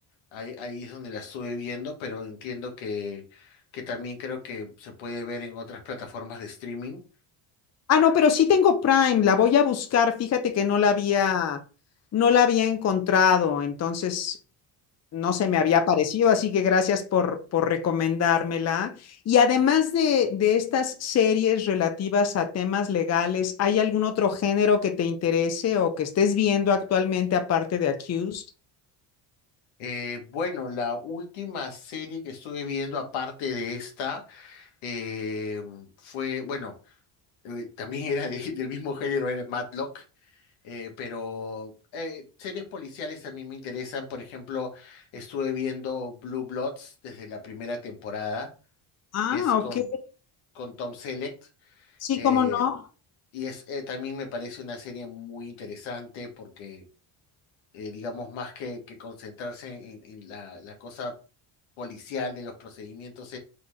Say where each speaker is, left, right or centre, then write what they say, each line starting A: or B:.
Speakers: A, on the left; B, on the left.
A: Ahí, ahí es donde la estuve viendo, pero entiendo que, que también creo que se puede ver en otras plataformas de streaming.
B: Ah, no, pero sí tengo Prime, la voy a buscar. Fíjate que no la había, no la había encontrado, entonces no se me había parecido, así que gracias por, por recomendármela. Y además de, de estas series relativas a temas legales, ¿hay algún otro género que te interese o que estés viendo actualmente aparte de Accused?
A: Eh, bueno, la última serie que estuve viendo, aparte de esta, eh, fue, bueno, eh, también <laughs> era de- del mismo género, era Matlock, eh, pero eh, series policiales también me interesan. Por ejemplo, estuve viendo Blue Bloods desde la primera temporada,
B: Ah,
A: que es con,
B: ok.
A: con Tom Selleck
B: Sí,
A: eh,
B: cómo no.
A: Y es eh, también me parece una serie muy interesante porque, eh, digamos, más que, que concentrarse en, en la, la cosa policial de los procedimientos,